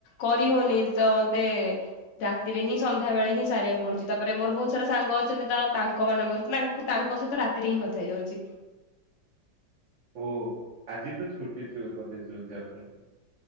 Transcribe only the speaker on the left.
କରି ହଉନି ତ ମତେ ରାତିରେ ହିଁ ସନ୍ଧ୍ୟାବେଳେ ହିଁ ସାରିବାକୁ ପଡୁଛି। ତାପରେ ମୋର ବହୁତ ସାରା ସାଙ୍ଗ ଅଛନ୍ତି ତା ତାଙ୍କ ମାନଙ୍କ ତାଙ୍କ ସହିତ ରାତିରେ ହିଁ କଥା ହେଇଯାଉଛି।